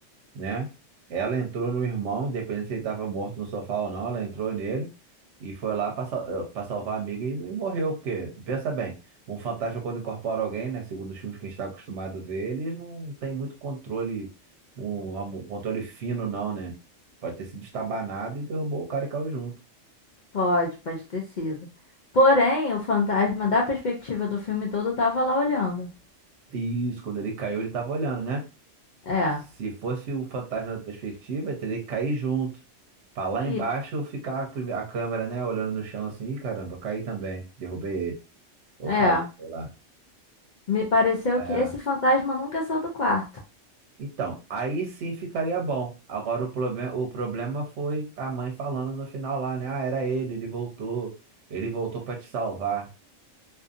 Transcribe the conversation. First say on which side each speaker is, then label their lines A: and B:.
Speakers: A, on the right; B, on the left.
A: né? Ela entrou no irmão, independente se ele estava morto no sofá ou não, ela entrou nele e foi lá para salvar a amiga e, e morreu, porque, pensa bem, um fantasma quando incorpora alguém, né? Segundo os filmes que a gente está acostumado a ver, eles não têm muito controle, um, um controle fino, não, né? Pode ter sido estabanado e derrubou o cara e caiu junto.
B: pode, pode ter sido. Porém, o fantasma da perspectiva do filme todo tava lá olhando.
A: E isso, quando ele caiu, ele tava olhando, né?
B: É,
A: Se fosse o fantasma da perspectiva, eu teria que cair junto. Pra lá
B: e
A: embaixo ficar a prime- a câmera, né? Olhando no chão assim, "Ih, caramba, caí também. Derrubei ele. Ou
B: é.
A: caí, sei lá.
B: Me pareceu
A: É.
B: que esse fantasma nunca saiu do quarto.
A: Então, aí sim ficaria bom. Agora o problema, o problema foi a mãe falando no final lá, né? Ah, era ele, ele voltou. Ele voltou pra te salvar.